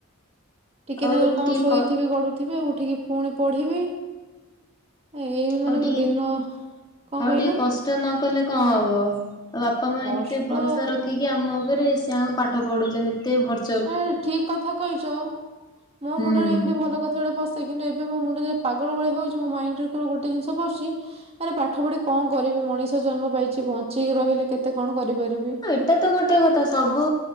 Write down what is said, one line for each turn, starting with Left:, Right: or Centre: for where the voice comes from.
Right: ଟିକେ
Left: ଆଉ
Right: ନାକୁରୁ କଣ
Left: ଟିକେ
Right: ଶୋଇଥିବି
Left: କ
Right: ଗଡୁଥିବି ଆଉ ଉଠିକି ଫୁଣି ପଢିବି। ଏଇ ମାନେ
Left: ଆଉ
Right: ମୋ
Left: ଟିକେ
Right: ଦିନ କଣ
Left: ଆଉ
Right: କହିଲ?
Left: ଟିକେ କଷ୍ଟ ନ କଲେ କଁ ହବ ଆ ବାପା ମାଆ
Right: କଷ୍ଟ
Left: ଏତେ ଭରସା ରଖିକି ଆମ ଓପରେ ସେ ଆମ ପା ପାଠ ପଢୋଉଚନ୍ତି ଏତେ ଭର୍
Right: ଏ ଠିକ କଥା କହିଚ ମୋ
Left: ହୁଁ।
Right: ମୁଣ୍ଡରେ ଏମିତି ଭଲ କଥାଗୁଡା ପସ୍ ସେ କିନ୍ତୁ ଏବେ ମୋ ମୁଣ୍ଡ ଯେ ପାଗଳ ଭଳି ହୋଉଚି ମୋ ମାଇଣ୍ଡରେ କେବଳ ଗୋଟେ ଜିନିଷ ପସୁଚି ଆରେ ପାଠ ପଢି କଣ କରିବି ମଣିଷ ଜନ୍ମ ପାଇଚି ବଞ୍ଚିକି ରହିଲେ କେତେ କଣ କରିପାରିବି।
Left: ହଁ ଏଟା ତ ଗୋଟେ କଥା ସବୁ